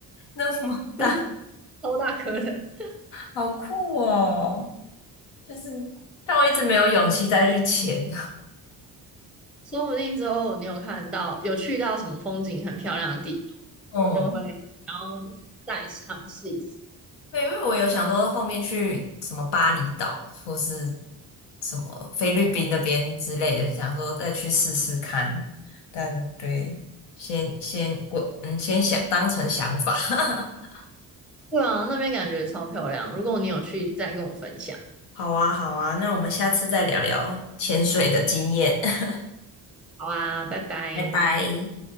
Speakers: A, on the left (about 85°); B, in the centre.
A: <laughs> 那么大，
B: <laughs> 超大颗的。
A: 好酷哦！就是，但我一直没有勇气再去潜。
B: 说不定之后你有看到有去到什么风景很漂亮的地
A: <laughs> 嗯，
B: 方，就会然后再尝试一次。
A: 对，因为我有想说后面去什么巴厘岛或是什么菲律宾那边之类的，想说再去试试看。但对，先先我嗯，先想当成想法。<laughs>
B: 对啊，那边感觉超漂亮。如果你有去，再跟我分享。
A: 好啊，好啊，那我们下次再聊聊潜水的经验，<laughs>
B: 好啊，拜拜。
A: 拜拜。